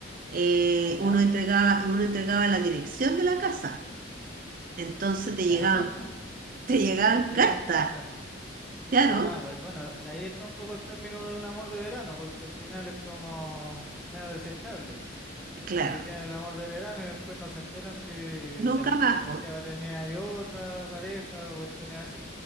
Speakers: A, on the right; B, in the centre.
A: eh,
B: Ya,
A: uno entregaba, uno entregaba la dirección de la casa. Entonces te
B: ya,
A: llegaban,
B: <laughs>
A: <laughs> te llegaban
B: te
A: cartas.
B: llegan cartas.
A: Claro,
B: Ah, pues bueno, de ahí está un poco el término de un amor de verano, porque al final es como medio desechable.
A: claro.
B: Como que tienen el amor de verano y después no se enteran si el,
A: Nunca más,
B: en Santiago
A: po.
B: tenía ahí otra pareja o cuestiones así.